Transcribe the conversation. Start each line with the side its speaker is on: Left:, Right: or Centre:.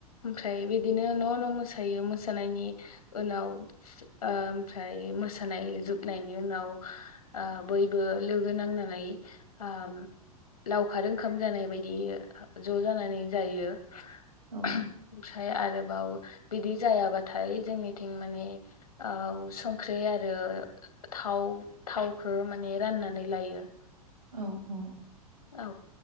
Left: ओमफ्राय बिदिनो न' न' मोसायो मोसानायनि उनाव ओ ओमफ्राय मोसानाय जोबनायनि उनाव ओ बयबो लोगो नांनानै ओ लावखार ओंखाम जानाय बायदि ज' जानानै जायो ओमफ्राय
Right: औ
Left: आरो बिदि जायाबाथाय जोंनिथिं माने औ संख्रि आरो थाव थावखो माने राननानै लायो
Right: औ औ
Left: औ